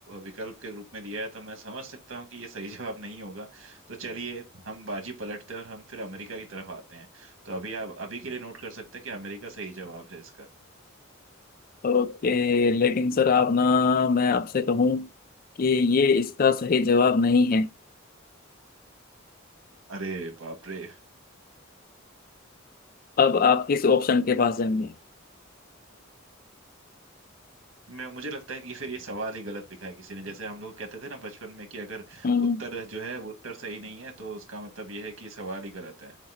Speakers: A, on the right; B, on the left.
A: विकल्प के रूप में दिया है तो मैं समझ सकता हूँ कि ये सही <laughs> जवाब नहीं होगा तो चलिए हम बाजी पलटते हैं और हम फिर अमेरिका की तरफ आते हैं तो अभी आप अभी के लिए नोट कर सकते हैं कि अमेरिका सही जवाब है इसका
B: ओके लेकिन सर आप ना मैं आपसे कहूँ कि ये इसका सही जवाब नहीं है
A: अरे बाप रे
B: अब आप किस ऑप्शन के पास जाएंगे
A: मैं मुझे लगता है कि फिर ये सवाल ही गलत लिखा है किसी ने जैसे हम लोग कहते थे ना बचपन में कि अगर
B: हम्म।
A: उत्तर जो है वो उत्तर सही नहीं है तो उसका मतलब ये है कि सवाल ही गलत है